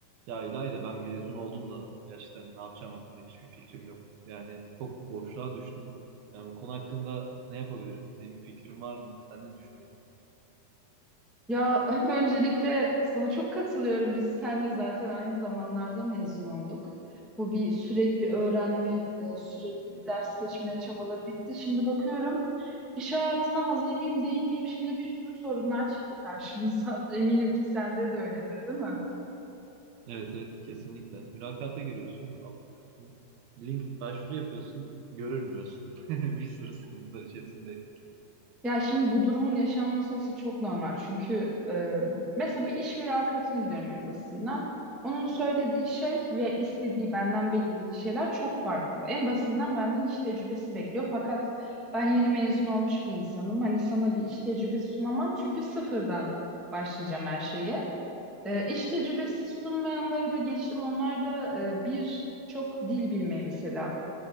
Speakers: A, on the right (about 75°); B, in the centre.
A: Ya İlayda ben mezun oldum da gerçekten ne yapacağım hakkında hiçbir fikrim yok. Yani çok boşluğa düştüm. Yani bu konu hakkında ne yapabilirim? Senin bir fikrin var mı? Sen ne düşünüyorsun?
B: Ya <laughs> öncelikle sana çok katılıyorum. Biz seninle zaten aynı zamanlarda mezun olduk. Bu bir sürekli öğrenme, e, sürekli bir ders geçme çabaları bitti. Şimdi bakıyorum iş hayatına hazır mıyım, değil miyim? Şimdi bir sürü sorunlar çıktı karşımıza. <laughs> Eminim ki sende de öyledir, değil mi?
A: Evet evet kesinlikle. Mülakata giriyorsun, alınmıyorsun. Link başvuru yapıyorsun, görülmüyorsun. <laughs> Bir sürü sıkıntılar içerisinde.
B: Ya şimdi bu durumun yaşanması aslında çok normal. Çünkü e, mesela bir iş mülakatına gidiyorum en basitinden. Onun söylediği şey ve istediği benden beklediği şeyler çok farklı. En basitinden benden iş tecrübesi bekliyor. Fakat ben yeni mezun olmuş bir insanım. Hani sana bir iş tecrübesi sunamam çünkü sıfırdan başlayacağım her şeye. E, iş tecrübesi sunmayanları da geçtim. Onlar da e, bir çok dil bilmeyi mesela